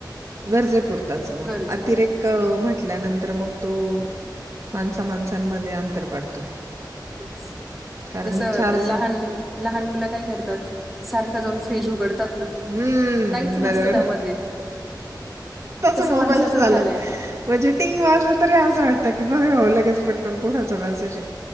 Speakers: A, on the right (about 40°); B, in the centre.
A: गरजेपुरताच ओ
B: गरज
A: अतिरेक
B: आहे तेच
A: म्हंट
B: ना
A: म्हल्यानंतर मग तो माणसा माणसांमध्ये अंतर पाडतोय.
B: ते
A: कारण
B: जस
A: चार्ज
B: लहान लहान मुलं काय करतात? सारखं जाऊन फ्रीज उघडतात- हं.
A: हं,
B: काहीच
A: बरोबर.
B: नसतं त्यामध्ये.
A: तसं
B: तस
A: मोबाईलचं
B: माणसाचं
A: झालं.
B: झालंय.
A: म्हणजे टिंग वाजलं तरी असं वाटतं की बघाव लगेच पटकन. कुणाचा मॅसेजए.